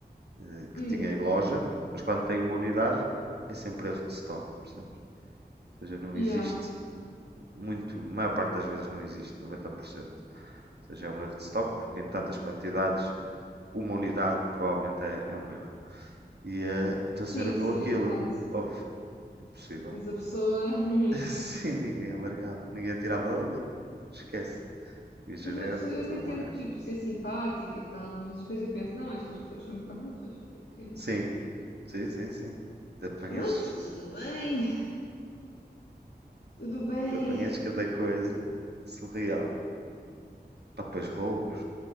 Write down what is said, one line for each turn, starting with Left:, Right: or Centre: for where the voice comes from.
Right: eh, que
Left: Hum,
Right: tinha em loja, mas quando tem uma unidade, é sempre erro de stock, percebes? Ou seja, não
Left: yeah.
Right: existe muito, a maior parte das vezes não existe, 90%. Ou seja, é um erro de stock, porque em tantas quantidades, uma unidade provavelmente é, é um erro. E eh, então
Left: Sim,
Right: a senhora viu
Left: sim,
Right: aquilo,
Left: é verdade.
Right: houve, impossível.
Left: Mas a pessoa. <laughs> yeah.
Right: <laughs> Sim, ninguém alargava, ninguém tirava dali, esquece. Tipo, E gerente
Left: depois uma pessoa, eu
Right: e tudo
Left: até tento
Right: mais.
Left: tipo ser simpática e tal, mas depois eu penso, não, estas pessoas são um bocado burras, porque. Mas
Right: Sim, sim, sim, sim. Te apanhas,
Left: Pronto, tudo bem, tudo bem.
Right: te apanhas cada coisa surreal. Pá, pois roubos,